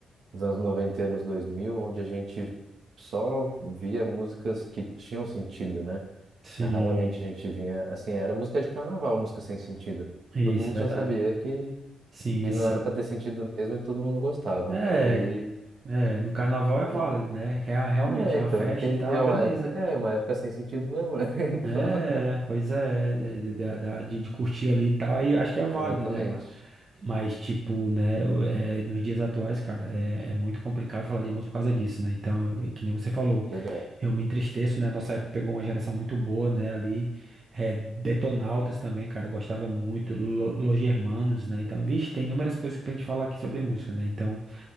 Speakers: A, on the right; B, on the right.
A: nos anos 90 e anos 2000 onde a gente só via músicas que tinham sentido, né?
B: Sim,
A: Raramente a gente vinha, assim, era música de carnaval, música sem sentido.
B: isso,
A: Todo mundo
B: verdade.
A: já sabia que,
B: Sim,
A: que não
B: sim.
A: era para ter sentido mesmo e todo mundo gostava,
B: É,
A: mas aí
B: É, no carnaval é válido,
A: e-
B: né? Rea- Realmente,
A: é,
B: é
A: então,
B: uma festa
A: porque é
B: e tal, beleza.
A: uma época, é uma época sem sentido mesmo, né? <laughs> Então,
B: É, pois é, é, é, de, da- da- de, de curtir ali e tal, aí eu acho que é válido,
A: exatamente.
B: né? Ma- Mas, tipo, né, o- é, nos dias atuais, cara, é, é muito complicado falar de música por causa disso, né? Então, é que nem você falou,
A: Verdade.
B: eu me entristeço, né? A nossa época pegou uma geração muito boa, né? Ali, é, Detonautas também, cara, eu gostava muito, Lo- Los Hermanos, né? Então, vixe, tem inúmeras coisas que pra gente falar aqui sobre música, né? Então,